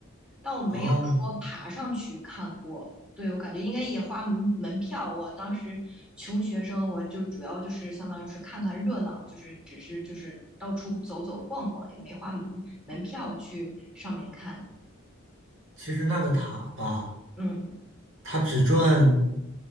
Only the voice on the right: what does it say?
哦，
其实那个塔吧，
它只赚